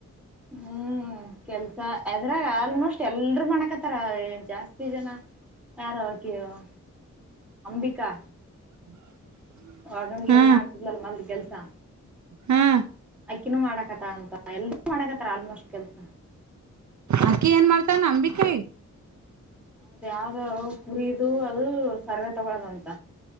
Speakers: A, in the centre; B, on the right.
A: ಹ್ಮ್ ಕೆಲ್ಸ ಅದ್ರಾಗ ಆಲ್ಮೋಸ್ಟ್ ಎಲ್ರೂ ಮಾಡಕತ್ತಾರ ಜಾಸ್ತಿ ಜನ ಯಾರ <unintelligible> ಅಂಬಿಕಾ
B: <inaudible>
A: ವಾಗಣಗೇರಿ
B: ಹಾ
A: ಮಾಡ್ತಿದ್ಲಲ್ ಮಲ್ ಕೆಲ್ಸ
B: ಹಾ
A: ಅಕಿನೂ ಮಾಡಕತ್ತ ಅಂತ ಎಲರು ಮಾಡಕತ್ತಾರ ಆಲ್ಮೋಸ್ಟ್ ಕೆಲ್ಸ
B: ಅಕ್ಕಿ ಏನ್ ಮಾಡ್ತಾರ ಅಂಬಿಕಾರಿ
A: ಅದು ಯಾವ್ದ ಕುರಿದು ಅದು ಸರ್ವೆ ತಗೊಳದಂತ